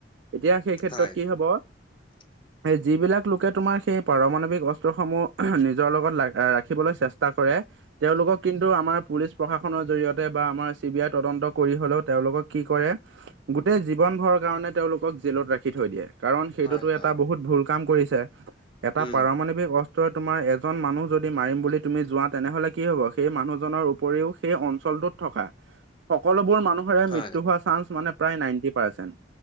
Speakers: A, on the right; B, on the left.
A: এতিয়া সেই ক্ষেত্ৰত
B: হয় হয়
A: কি হ'ব-
B: <unintelligible>
A: সেই যিবিলাক লোকে তোমাৰ সেই পাৰমাৱিক অস্ত্ৰসমূহ নিজৰ লগত ৰাখিবলৈ চেষ্টা কৰে- তেওঁলোকক কিন্তু আমাৰ পুলিচ প্ৰশাসনৰ জৰি়য়তে বা আমাৰ চি বি আই তদন্ত কৰি হ'লেও তেওঁলোকক কি কৰে- গোটেই জীৱন ভৰৰ কাৰণে তেওঁলোকক জেলত ৰাখি থৈ দিয়ে। কাৰণ সেইটোতো
B: হয় হয়
A: এটা বহুত ভুল কাম কৰিছে। এটা
B: উম
A: পাৰমাণৱিক অস্ত্ৰ তোমাৰ এজন মানুহ যদি মাৰিম বুলি তুমি যোৱা তেনেহ'লে কি হ'ব সেই মানুহজনৰ উপৰিও সেই অঞ্চলটোত- থকা- সকলোবোৰ মানুহৰে মৃত্য
B: হয়
A: হোৱা চান্স মানে প্ৰায় নাইনটি পাৰ্চেন।